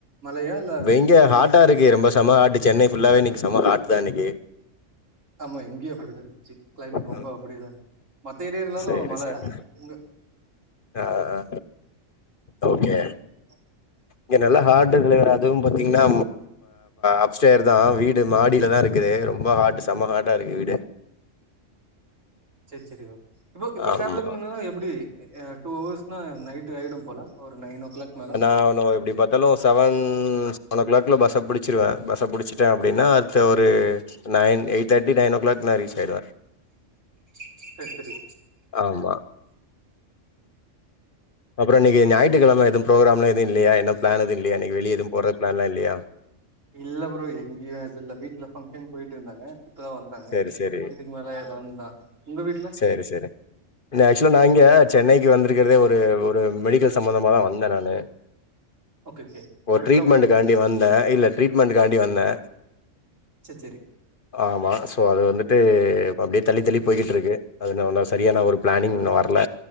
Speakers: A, on the right; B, on the left.
A: மலையா இல்ல வெயிலா
B: இங்க ஹாட்டா இருக்கு. ரொம்ப சம ஹாட்டு சென்னை ஃபுல்லாவே இன்னக்கி சம ஹாட் தா இன்னைக்கி
A: ஆமா இங்கயேப்படிதா ச்சு கிளைமேட் ரொம்ப
B: ம்.
A: அப்படிதா மத்த ஏரியாலலா
B: சரி,
A: மழை
B: சரி.
A: உங்க
B: ஆ, ஆ. ஓகே
A: <inaudible>
B: இங்க நல்லா ஹாட் தலைவரே அதுவு பாத்தீங்னா அப்ஸ்டைர் தா வீடு மாடியிலதா இருக்குது ரொம்ப ஹாட் சம ஹாட்டா இருக்கு வீடு
A: சே சேரி ப்போ இப்ப
B: ஆமா.
A: டிராவலிங் பண்னா எப்படி டூ ஹவஸ் நைட் ஆயிடும் போல ஒரு நைன் ஓ கிளாக் மேல
B: அவனோ எப்டி ப தாலும் செவன் செவன் ஓ கிளாக்கில பஸ்ஸை பிடிச்சிருவே பஸ்ஸை பிடிச்சிட்டே அப்படின்னா அடுத்த ஒரு நைன் எய்ட்தட்டி நைன் ஒ க்ளாக் நா ரீச் ஆயிடுவே
A: சரி சரி
B: ஆமா அப்புறோ இன்னிக்கிஞாற்றுக்கழம எது ப்ரோக்ராம்லா எது இல்லயா என்ன ப்ளான் எது இல்லைய இன்னிக்கி வெளிய எது போற ப்ளான்லா இல்லியா
A: இல்ல ப்ரோ எங்கயு இது இல்ல வீட்ல ஃபங்ஷன் போய்ட்ருந்தாங்க இப்பதா வந்தாங்க
B: சரி, சரி.
A: இதுக்கு மேல எதோ ஒன்னுதா உங்க வீட்ல
B: சேரி சேரி இந்த ஆக்சுவ்லா நா இங்க சென்னைக்கு வந்திருக்கறதே ஒரு ஒரு மெடிக்கல் சம்பந்தமாதா வந்தே நானு
A: ஓகே ஓகே
B: ஒரு
A: ஒர்க்கா
B: ட்ரீட்மண்டு
A: போயிருக்கீங்க
B: காண்டி வந்தே இல்ல ட்ரீட்மெண்டுக்காண்டி வந்தே
A: சேச்சேரி
B: ஆமா சோ அது வந்துட்டு இப்ப அப்டியே தள்ளி தள்ளி போய்கிட்ருக்கு அது இன்னு ஒன்னு செரியான ஒரு ப்ளானிங் இன்னு வர்ல